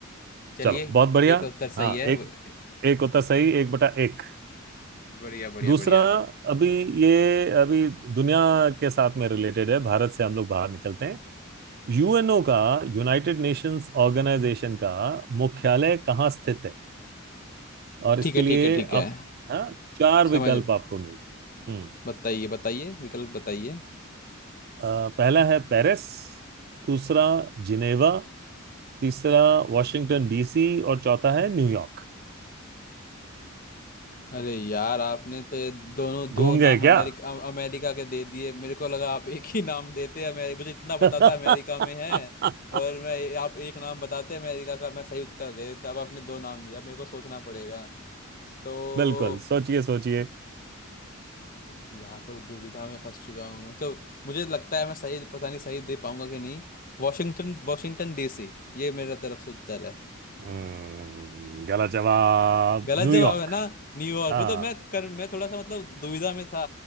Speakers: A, on the left (about 40°); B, on the right (about 45°).
A: चलिए
B: चलो बहुत बढ़िया
A: एक उत्तर सही
B: हाँ
A: है
B: एक
A: व-
B: एक उत्तर सही एक बटा एक
A: बढ़िया बढ़िया
B: दूसरा
A: बढ़िया
B: अभी ये अभी दुनिया के साथ में रिलेटेड है भारत से हम लोग बाहर निकलते हैं यूएनओ का यूनाइटेड नेशंस ऑर्गेनाइजेशन का मुख्यालय कहाँ स्थित है और इसके
A: ठीक है
B: लिए
A: ठीक है ठीक है
B: आप हाँ चार विकल्प
A: समझ
B: आपको मिल हम्म
A: बताइए बताइए विकल्प बताइए
B: अ, पहला है पेरिस दूसरा जिनेवा तीसरा वाशिंगटन डीसी और चौथा है न्यूयॉर्क
A: अरे यार आपने तो ये दोनों दो
B: घूम
A: नाम
B: गए क्या
A: अमेरिका अमेरिका के दे दिए मेरे को लगा आप एक ही नाम देते अमेरिका मुझे इतना पता
B: <laughs>
A: था अमेरिका में है और मैं आप एक नाम बताते अमेरिका का मैं सही उत्तर दे देता अब आपने दो नाम दिया अब मेरे को सोचना पड़ेगा तो
B: बिल्कुल सोचिए सोचिए
A: एक यहाँ तो दुविधा में फंस चुका हूँ मैं तो मुझे लगता है मैं सही पता नहीं सही दे पाऊंगा कि नहीं वॉशिंगटन वॉशिंगटन डीसी ये मेरा तरफ से उत्तर है
B: हम्म, गलत जवाब
A: गलत
B: न्यूयॉर्क
A: जवाब है ना न्यूयॉर्क
B: हाँ
A: मतलब मैं कर मैं थोड़ा सा मतलब दुविधा में था